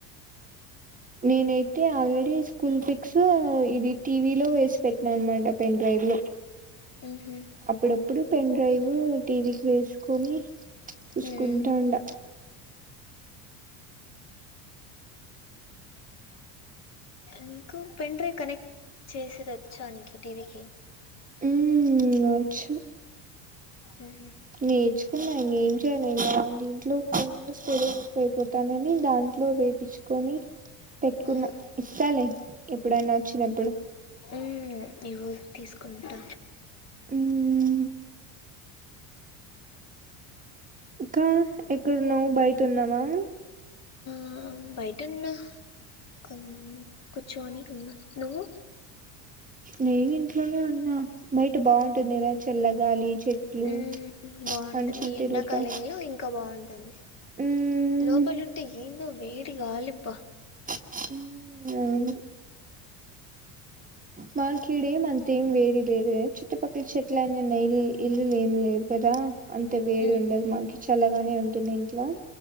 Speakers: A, on the right; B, on the left.
A: నేనైతే ఆల్రెడీ స్కూల్ పిక్స్ ఇవి టీ వీ లో ఏసి పెట్టిన అనమాట పెన్ డ్రైవ్
B: మ్హూ.
A: అప్పుడప్పుడు పెన్ డ్రైవ్ ఊ టీవీకి వేసుకొని చూసుకుంటా
B: మ్.
A: ఉండ
B: నీకు పెన్ డ్రైవ్ కనెక్ట్ చేసేది ఒచ్చా నీకి టీవీకి
A: ఊమ్ అచ్చ
B: ఒకే
A: నేర్చుకున్న ఇంగ ఏం చేయ నేను రాంది ట్లో ఫుల్లు <unintelligible> ఎక్కువ అయిపోతాందని దాంట్లో వేపిచుకొని పెట్కున్న
B: ఆహా.
A: ఇస్తాలే ఎప్పుడైనా ఒచ్చినప్పుడు
B: ఊమ్ ఇవ్వు తీసుకుంటా
A: ఊమ్ ఇంకా ఎక్కడున్నావ్ బయట ఉన్నావా
B: ఆ బయటున్నా కొన్ కూర్చోని ఉన్న నువ్వు
A: నేను ఇంట్లోనే ఉన్నా బయట బాగుంటుందిగా చల్లగాలి చెట్లు
B: ఊ బాగుంటుంది
A: మనుషులు
B: ఈ
A: తిరుగుతా
B: ఎండాకాలంలో ఇంకా బాగుంటుంది
A: మ్మ్
B: లోపలుంటే ఏందో వేడిగాలిబ్బ
A: ఊ అవును మాక్ ఈడేం అంతేం వేడి లేదే, చుట్టుపక్క చెట్లన్ని ఉన్నయి ఇల్లులేం లేవ్ కదా. అంత వేడి
B: మ్,
A: ఉండదు మాక్ చల్లగానే ఉంటుంది ఇంట్లా